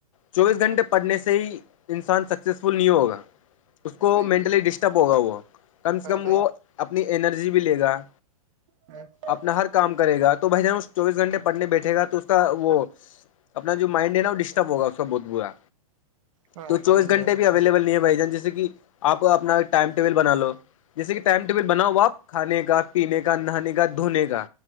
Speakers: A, on the left; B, on the right.
A: چوبیس گھنٹے پڑھنے سے ہی انسان سکسیزفل نہیں ہوگا اس کو
B: ہاں بھائی
A: مینٹلی ڈسٹرب ہوگا وہ کم سے
B: ہاں
A: کم
B: بھائی
A: وہ اپنی انرجی بھی لے گا
B: جی <inaudible>
A: اپنا ہر کام کرے گا تو بھائی جان چوبیس گھنٹے پڑھنے بیٹھے گا تو اس کا وہ اپنا جو مائنڈ ہے نا وہ ڈسٹرب ہوگا اس کا بہت برا
B: ہاں
A: تو چوبیس
B: بھائی
A: گھنٹے
B: ہاں
A: بھی اویلیبل نہیں ہے بھائی جان جیسے کہ آپ اپنا ایک ٹائم ٹیبل بنا لو جیسے کہ ٹائم ٹیبل بناؤ آپ کھے کا پینے کا نہانے کا دھونے گ کا